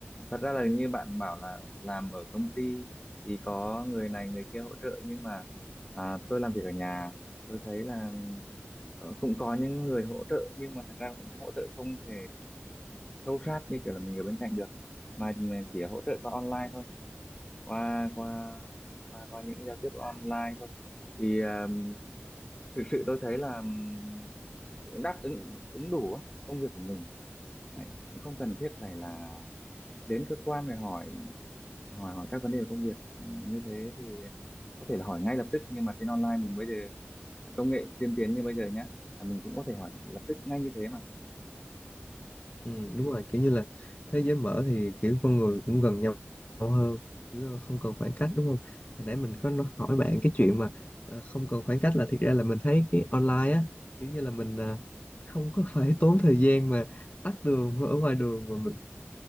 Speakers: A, on the left; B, on the left.
A: thật ra là như bạn bảo là làm ở công ty thì có người này người kia hỗ trợ nhưng mà à, tôi làm việc ở nhà, tôi thấy là có- cũng có những người hỗ trợ nhưng mà thật ra cũng hỗ trợ không thể sâu sát như kiểu là mình ở bên cạnh được mà mình chỉ hỗ trợ qua online thôi qua qua qua qua những giao tiếp online thôi thì à, thực sự tôi thấy là ừm, cũng đáp ứng ứng đủ á, công việc của mình Đấy, cũng không cần thiết phải là đến cơ quan để hỏi hỏi hỏi các vấn đề về công việc Ừ, như thế thì em có thể là hỏi ngay lập tức nhưng mà trên online mình bây giờ công nghệ tiên tiến như bây giờ nhá là mình cũng có thể hỏi lập tức ngay như thế mà
B: Ừ, đúng rồi kiểu như là thế giới mở thì kiểu con người cũng gần nhau hơn
A: Ừ.
B: chứ không cần khoảng cách đúng không hồi nãy mình
A: Ừ.
B: có nói- hỏi bạn cái chuyện mà ờ, không cần khoảng cách là thiệt ra là mình thấy cái online á kiểu như là mình ờ, không có <laughs> phải tốn thời gian mà tắt đường ở ngoài đường mà mình